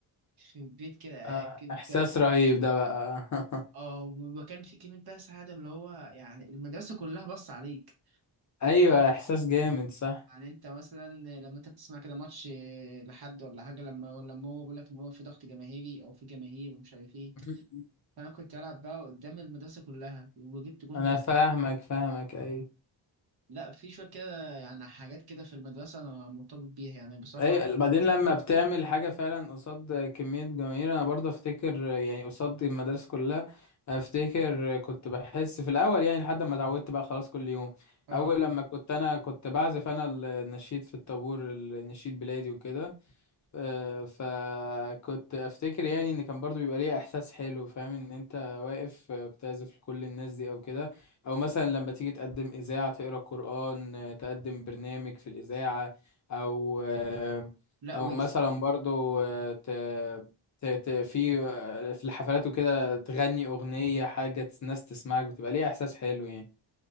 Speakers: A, on the right (about 55°); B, on the left (about 40°).
A: في البيت كده
B: آه.
A: آه، ك-
B: احساس
A: كانت
B: رهيب ده بقى <laughs>
A: اه وكان في كلمة بقى سعادة اللي هو يعني المدرسة كلها بص عليك
B: ايوه احساس جامد صح
A: يعني انت مثلا لما انت بتسمع كده ماتش لحد ولا حاجة لما لما هو بيقول لك ان هو في ضغط جماهيري او في جماهير ومش عارف ايه
B: <laughs>
A: فانا كنت بلعب بقى قدام المدرسة كلها وجبت جون
B: انا
A: بط...
B: فاهمك فاهمك ايوه
A: لا في شوية كده يعني حاجات كده في المدرسة انا مرتبط بيها يعني بصراحة
B: اي
A: عمري
B: بعدين
A: ما هنساها
B: لما بتعمل حاجة فعلا قصاد كمية جماهير انا برضه افتكر يعني قصاد المدرسة كلها افتكر كنت بحس في الاول يعني لحد ما اتعودت بقى خلاص كل يوم
A: اه
B: اول لما كنت انا كنت بعزف انا النشيد في الطابور النشيد بلادي وكده آه، فكنت افتكر يعني ان كان برضو بيبقى ليه احساس حلو فاهم ان انت واقف آه، بتعزف لكل الناس دي او كده او مثلا لما تيجي تقدم اذاعة تقرا قرآن آه، تقدم برنامج في الاذاعة او آه،
A: لا
B: او
A: ويس
B: مثلا برضو آه، ت... ت... ت... في آه، في الحفلات وكده تغني اغنية حاجة الناس تسمعك بتبقى ليه احساس حلو يعني